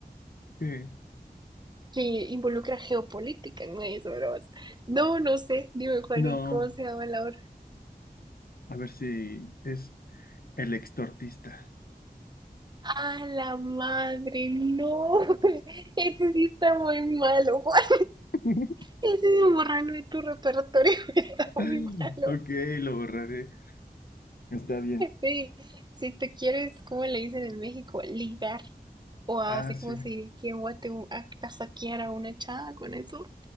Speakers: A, on the left; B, on the right.
A: Sí.
B: que involucra geopolítica, no es bromas. No, no sé. Dime, Juan,
A: No,
B: ¿y cómo se llama la obra?
A: a ver si es el extortista.
B: ¡Ah, la madre! ¡No! <laughs> Ese sí está muy malo, <laughs> Juan.
A: <laughs>
B: Decidido borrarlo de tu repertorio <laughs> está
A: <laughs>
B: muy malo.
A: Ok, lo borraré. Está bien.
B: Sí, si te quieres, ¿cómo le dicen en México? Ligar. O así
A: Ah, sí.
B: como se diría que en guate a casaquear a una chava con eso.